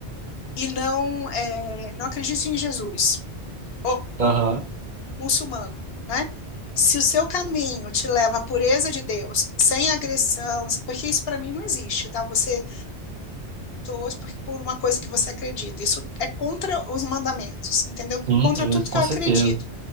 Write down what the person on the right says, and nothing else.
aham,
sim,
é
isso, com
certeza.